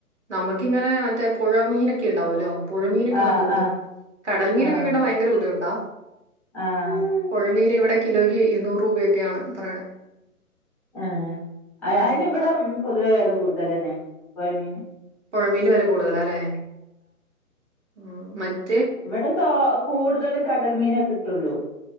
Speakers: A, on the right; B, in the centre.
A: നമക്കിങ്ങനെ മറ്റേ പുഴ മീനൊക്കെണ്ടാവോലോ പുഴമീനൊക്കെ
B: ആഹ്
A: നമുക്ക് കിട്ടുന്നെ
B: ആഹ്
A: കടൽ മീനൊക്കെ
B: ആഹ്
A: കിട്ടാൻ വയങ്കര ബുദ്ധിമുട്ടാ
B: ആഹ്
A: പുഴമീന് ഇവിടെ കിലോയ്ക്ക് ഇരുന്നൂറ് രൂപയൊക്കെയാണ് പറയ്ണെ
B: ആ അ
A: ഉം.
B: അയിന് ഇവിടേം പൊതുവേ വെല കൂടുതലന്നെ പൊയമീൻന്
A: പൊഴമീൻന് വെല കൂട്തലാലേ ഉം മറ്റ്
B: ഇവിടെ തോ കൂട്തലും കടൽമീനെ കിട്ടൊള്ളൂ